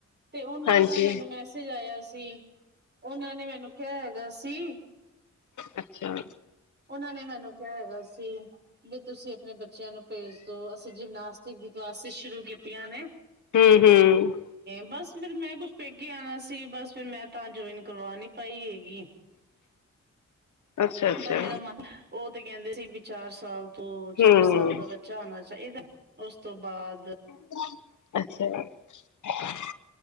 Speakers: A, on the right; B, on the left.
A: ਤੇ ਉਹਨਾਂ
B: ਹਾਂਜੀ
A: ਦਾ ਮੈਨੂੰ ਮੈਸੇਜ ਆਇਆ ਸੀ? ਦੀ ਉਹਨਾਂ । ਨੇ ਮੈਨੂੰ ਕਿਹਾ? ਕਿਹਾ ਸੀ
B: ਅੱਛਾ
A: ਉਹਨਾਂ ਨੇ ਮੈਨੂੰ ਕਿਹਾ ਹੈਗਾ ਸੀ? ਦੀ ਤੁਸੀਂ ਆਪਣੇ ਬੱਚਿਆਂ ਨੂੰ ਭੇਜ ਦੋ ਅਸੀਂ ਜਿਮਨਾਸਟਿਕ ਦੀ ਕਲਾਸਿਸ ਸ਼ੁਰੂ ਕੀਤੀਆਂ ਨੇ?
B: ਹੂੰ ਹੂੰ।
A: ਬਸ ਤੇ ਫਿਰ ਮੈਂ ਕੁਛ ਪੇਕੇ ਆਉਣਾ ਸੀ ਬਸ ਫਿਰ ਮੈਂ ਤਾਂ ਜੁਆਇਨ ਕਰਵਾ ਨਹੀਂ। ਪਾਈ ਹੈਗੀ।
B: ਅੱਛਾ ਅੱਛਾ
A: ਪਰ ਮੇਰਾ ਮਨ ਉਹ ਤੇ ਕਹਿੰਦੇ? ਦੀ ਵੀ ਚਾਰ ਸਾਲ। ਤੇ ਚਾਰ
B: ਹੂੰ
A: ਸਾਲ ਦਾ ਬੱਚਾ ਹੋਣਾ? ਅੱਛਾ ਇਹਦਾ ਉਸ ਤੋਂ ਬਾਅਦ?
B: ਹੂੰ। ਅੱਛਾ।